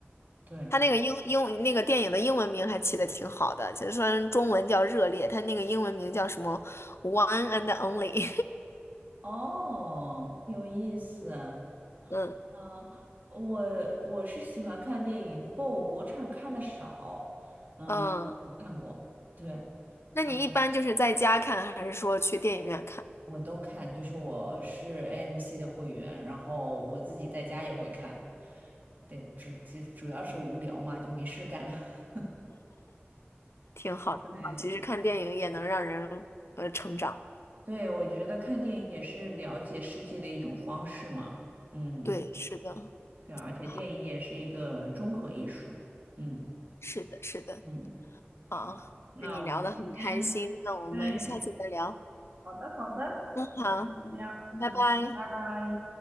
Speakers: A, on the right; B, on the left.
A: 对，
B: 他那个英英那个电影的英文名还起的挺好的，其实虽然中文叫《热烈》，他那个英文名叫什么《One and Only》。
A: 哦，有意思啊，
B: <laughs> 嗯
A: 嗯我我是喜欢看电影，不过我国产看的少，嗯、
B: 嗯，
A: 我看过，对，
B: 那你一般就是在家看，
A: 哇，
B: 还是说去电影院看？
A: 我都看，就是我是 AMC 的会员，然后我自己在家也会看，对，只只主要是无聊嘛，就没事干。<laughs>
B: 挺好，挺好。
A: 对，
B: 其实看电影也能让人呃成长。
A: 对，我觉得看电影也是了解世界的一种方式嘛，嗯，
B: 对，是的，
A: 对，而且电影也是一个综合艺术，
B: 好，
A: 嗯。
B: 是的，是的。
A: 嗯。
B: 好，
A: 好，那我们今天
B: 跟你聊得很开心，那我们下次再聊。
A: 对，好的好的，
B: 嗯，好，
A: 来这样，
B: 拜拜。
A: 嗯，拜拜。